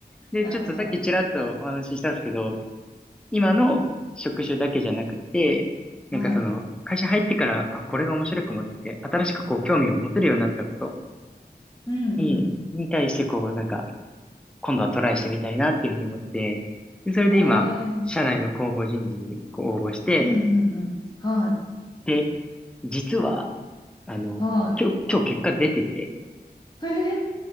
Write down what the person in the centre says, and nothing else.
で、
ちょっとさっきちらっとお話ししたんですけど、今の職種だけじゃなくて、
なんかその、
会社入ってから、あ、これが面白く思って、新しくこう、興味を持てるようになったこと
に、に対してこう、なんか、今度はトライしてみたいなっていうふうに思って、で、それで今、
社内の公募人事にこう応募して、
で、実は、あの、
今日、今日結果出てて、